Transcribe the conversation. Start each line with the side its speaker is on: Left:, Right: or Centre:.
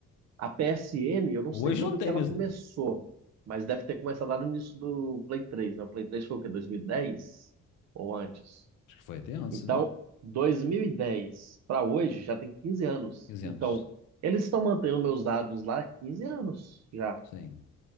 Right: A PSN, eu não
Left: Hoje
Right: sei quando
Left: não tem
Right: que ela
Left: mesmo,
Right: começou,
Left: não.
Right: mas deve ter começado lá no início do Play 3, né? O Play 3 foi o quê? 2010 ou antes?
Left: Acho que foi até antes,
Right: Então,
Left: viu?
Right: 2010 para hoje já tem 15 anos.
Left: 15
Right: Então,
Left: anos.
Right: eles estão mantendo meus dados lá há 15 anos já.
Left: Sim.